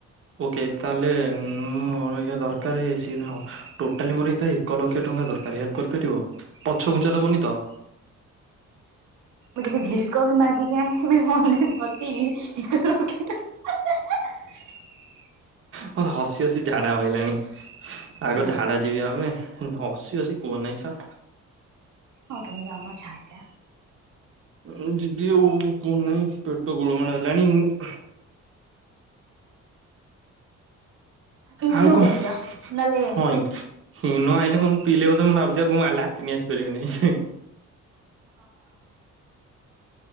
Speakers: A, on the right; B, on the right.
A: ଓକେ ତାହେଲେ ମୋର ଏଇଖା ଦରକାର ସ ହଁ ଟୋଟାଲି ମୋର ଏକ ଲକ୍ଷ ଙ୍କା ଦରକାରେ ହେଲ୍ପ କରିପାରିବ? ପଛ ଖୁଞ୍ଚା ଦେବନି ତ?
B: ମୁଁ ଯଦି ଭିକ ବି ମାଗିକି ଆଣିବି <unintelligible> କି କହିବ ଗେଣ୍ଡୁ <unintelligible>
A: ମତ ହସି ହସି ଝାଡା ମାଇଲାଣି ଆଗ
B: ଓ ମାଇଁ
A: ଝାଡା ଯିବି ୟା ପରେ ହସି ହସି କୁହନେଇ ଛା
B: ହଉ ତମେ ଯାଉନ ଝାଡ଼ା।
A: ଅ ଯିବି ଆଉ କୁହନାଇ ପେଟ ଗୋଳମାଳ ହେଲାଣି ମୁଁ
B: ଇନୋ
A: ଆଉ କଣ
B: ପି ଦିଅ ନହେଲେ
A: ହଁଈ? ହଁ ନ ଆଇଲେ ମୁ ପିଲେ ବଧେ ମୁ ଭାବୁଚି ମୁଁ ଆଉ ଲାଟିନ୍ ଆସି ପାରିବି ନାଇଁ ହୁ।
B: ଓହୋ ହ।